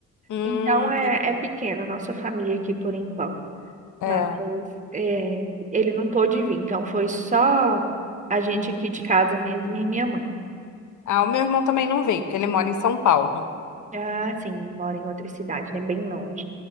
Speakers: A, on the left; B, on the right.
A: hum,
B: então
A: entendi.
B: é, é pequena a nossa família aqui por enquanto.
A: é.
B: Mas é, ele não pôde vir, então foi só a gente aqui de casa mesmo e minha mãe.
A: Ah, o meu irmão também não veio, porque ele mora em São Paulo.
B: Ah, sim, mora em outra cidade, né? Bem longe.